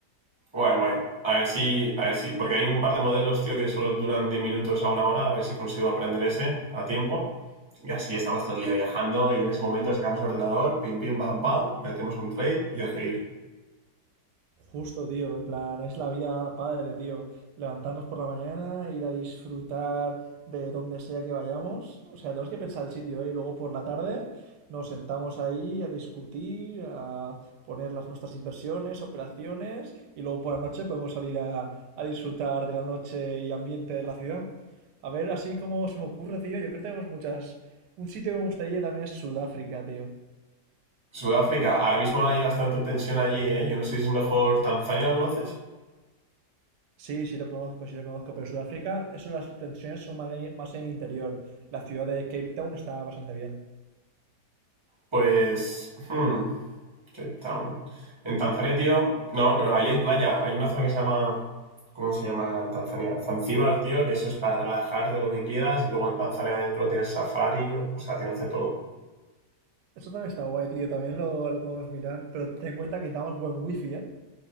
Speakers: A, on the right; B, on the right.
A: Guay, guay. A ver si, a ver si, porque hay un par de modelos, tío, que solo duran 10 minutos a una hora, a ver si consigo aprender ese a tiempo. Y así estamos todo el día viajando y en ese momento sacamos el ordenador, pim, pim, pam, pam, metemos un trade y a seguir.
B: Justo, tío, en plan, es la vida padre, tío. Levantarnos por la mañana, ir a disfrutar de donde sea que vayamos. O sea, tenemos que pensar el sitio, ¿eh? Y luego por la tarde nos sentamos ahí a discutir, a poner las nuestras inversiones, operaciones, y luego por la noche podemos salir a, a disfrutar de la noche y ambiente de la ciudad. A ver, así como se me ocurre, tío, yo creo que tenemos muchas... Un sitio que me gustaría también es Sudáfrica, tío.
A: Sudáfrica, ahora mismo hay bastante tensión allí, ¿eh? Yo no sé si es mejor Tanzania, ¿lo conoces?
B: Sí, sí lo conozco, sí lo conozco, pero Sudáfrica, eso las tensiones son más en, más en el interior. La ciudad de Cape Town está bastante bien.
A: Pues, hmm, Cape Town. En Tanzania, tío, no, pero ahí hay playa. Hay una zona que se llama, ¿cómo se llama en Tanzania? Zanzíbar, tío, que eso es para relajarte lo que quieras. Y luego en Tanzania adentro tienes safari, o sea, tienes de todo.
B: Eso también está guay, tío, también lo, lo podemos mirar. Pero ten en cuenta que necesitamos buen wifi, ¿eh?